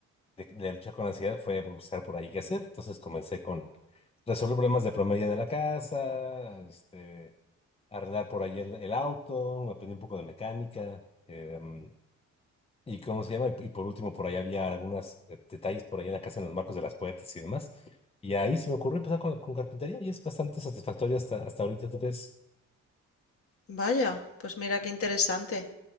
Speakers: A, on the left; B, on the left.
A: de, de luchar con la ansiedad fue buscar por ahí qué hacer. Entonces comencé con resolver problemas de promedio de la casa, este, arreglar por ahí el, el auto, aprendí un poco de mecánica. em, y cómo se llama, y, y por último, por ahí había algunos detalles por ahí en la casa, en los marcos de las puertas y demás. Y ahí se me ocurrió empezar con, con carpintería y es bastante satisfactorio hasta, hasta ahorita, ¿tú crees?
B: Vaya, pues mira qué interesante.